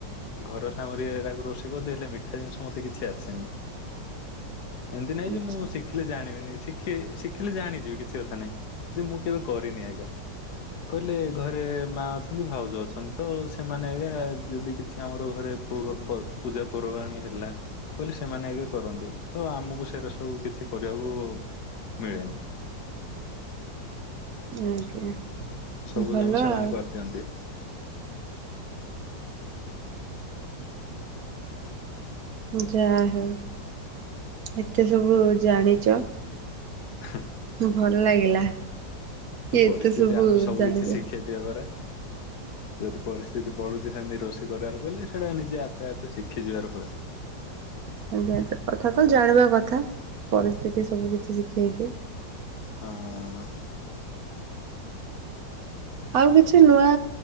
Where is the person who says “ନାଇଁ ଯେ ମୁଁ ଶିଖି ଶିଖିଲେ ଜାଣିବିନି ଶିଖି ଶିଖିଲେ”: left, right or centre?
Left